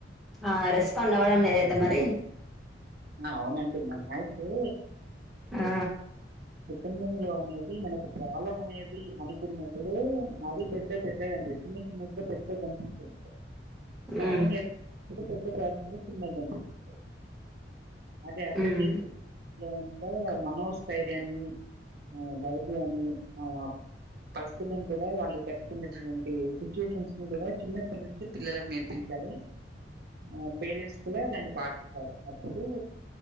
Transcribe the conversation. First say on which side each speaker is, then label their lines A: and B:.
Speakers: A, in the centre; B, on the right.
A: ఆ రెస్పాండ్ అవ్వడం లేదైతే మరి.
B: అవునండి అయితే.
A: ఆ
B: కుటుంబంలో అనేది మనకు కాలం అనేది అనుకున్నప్పుడు అది. పెద్ద పెద్దగండి చిన్న చిన్న యే పెద్దగా కనిపిస్థాయి ప్రాబ్లమ్
A: ఉమ్
B: లేదు. ఎంత పెద్ద ప్రాబ్లమ్ కూడా చిన్నగా కనిపిస్తది. అంటే అర్ధం
A: ఉమ్
B: చేసుకునేది అంటే మనోజ్. స్థైర్యాన్ని. ఆ దైర్యాన్ని. ఆ పరిస్థితులను కూడా వాళ్ళు పెట్టుకున్నటు వంటి సిచ్యువేషన్స్ ని కూడా చిన్న. అక్కటి నుంచి పిల్లలకు నేర్పించాలి. ఆ పేరెంట్స్ కూడా దాన్ని పాటించాలే. అప్పుడు